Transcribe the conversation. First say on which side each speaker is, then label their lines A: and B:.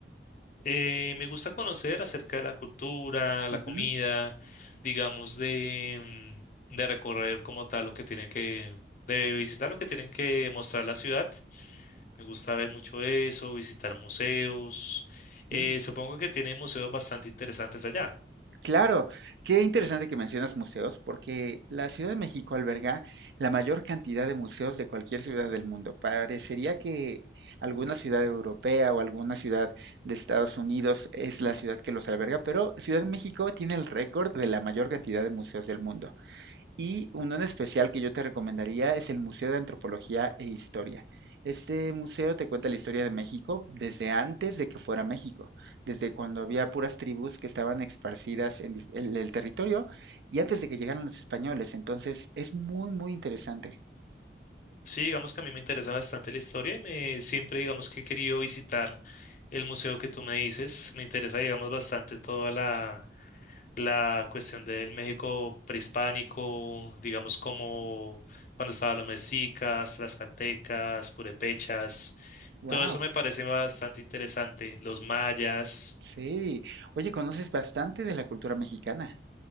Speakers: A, on the left; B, on the right.
A: Eh, me gusta conocer acerca de la cultura, la
B: Ujú.
A: comida, digamos, de, mm, de recorrer como tal lo que tiene que, de visitar lo que tienen que mostrar la ciudad. Me gusta ver mucho eso, visitar museos. Eh,
B: Mm.
A: supongo que tienen museos bastante interesantes allá.
B: Claro, qué interesante que mencionas museos, porque la Ciudad de México alberga la mayor cantidad de museos de cualquier ciudad del mundo. Parecería que alguna ciudad europea o alguna ciudad de Estados Unidos es la ciudad que los alberga, pero Ciudad de México tiene el récord de la mayor cantidad de museos del mundo. Y uno en especial que yo te recomendaría es el Museo de Antropología e Historia. Este museo te cuenta la historia de México desde antes de que fuera México, desde cuando había puras tribus que estaban esparcidas en dif- en el territorio y antes de que llegaran los españoles. Entonces es muy, muy interesante.
A: Sí, digamos que a mí me interesa bastante la historia y me, siempre digamos que he querido visitar el museo que tú me dices. Me interesa, digamos, bastante toda la, la cuestión del México prehispánico, digamos, como cuando estaban los mexicas, tlaxcaltecas, purépechas.
B: Wow,
A: Todo eso me parece bastante interesante. Los mayas,
B: sí. Oye, conoces bastante de la cultura mexicana.